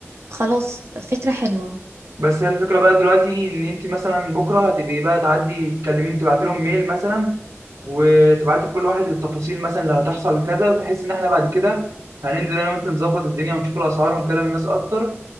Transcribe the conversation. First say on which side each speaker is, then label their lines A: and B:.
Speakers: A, on the right; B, on the right.
A: خلاص فكرة حلوة
B: بس هي الفكره بقى دلوقتي ان انت مثلا بكره هتبقي بقى تعدي تكلميهم تبعت لهم ميل مثلا وتبعتي لكل واحد بالتفاصيل مثلا اللي هتحصل كذا بحيث ان احنا بعد كده هننزل انا وانت نظبط الدنيا ونشوف الاسعار ونكلم الناس اكتر